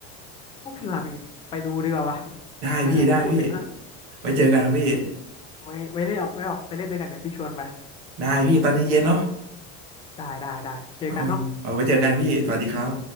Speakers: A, on the left; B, on the right.
A: พวกพี่ว่าพี่ไปดูดีกว่าวะ
B: ได้พี่ได้พี่
A: ไหนๆก็พูดถึงละ
B: ไว้เจอกันครับพี่
A: ไว้ไว้เล่นออกไว้ออกไปเล่นด้วยกันเดี๋ยวพี่ชวนไป
B: ได้พี่ตอนเย็นๆเนาะ
A: ได้ได้ได้เจอกันน้อง
B: โอเคเอาไว้เจอกันพี่สวัสดีครับ